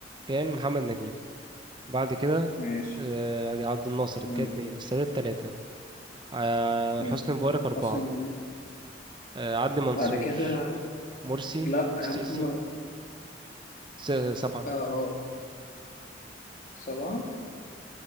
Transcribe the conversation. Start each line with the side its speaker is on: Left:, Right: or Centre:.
Right: كان محمد نجيب بعد كده
Left: <laughs> ماشي
Right: آه، عبد الناصر
Left: مم.
Right: كده اتنين السادات تلاتة آه،
Left: مم.
Right: حسني مبارك أربعة
Left: عاصم
Right: آه، عدلي منصور
Left: بعد كده
Right: مرسي
Left: لا يا
Right: سيسي
Left: محمد
Right: س- سبعة
Left: آه آه سبعة